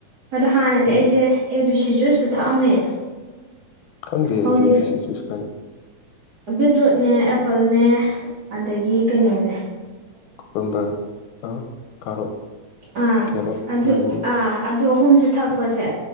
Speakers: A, on the right; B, on the left.
A: ꯑꯗꯣ ꯍꯥꯟꯅꯗꯤ
B: ꯎꯝ
A: ꯑꯩꯁꯦ ꯕꯤꯁꯤ ꯖꯨꯁꯇ ꯊꯛꯑꯝꯃꯦ
B: ꯀꯪꯗꯦ ꯑꯩꯗꯤ
A: ꯍꯧꯖꯤꯛꯁꯦ
B: ꯑꯦ ꯄꯤ ꯁꯤ ꯆꯨꯁꯀꯅ
A: ꯕꯤꯠꯔꯨꯠꯅꯦ ꯑꯦꯄꯜꯅꯦ ꯑꯗꯒꯤ ꯀꯩꯅꯣꯅꯦ
B: ꯀꯣꯄꯝꯕꯔ ꯑ ꯀꯥꯔꯣꯠ
A: ꯑ
B: ꯀꯦꯔꯣꯠ
A: ꯑꯗꯨ
B: ꯎꯝ ꯎꯝ
A: ꯑ ꯑꯗ ꯑꯍꯨꯝꯁꯦ ꯊꯛꯄꯁꯦ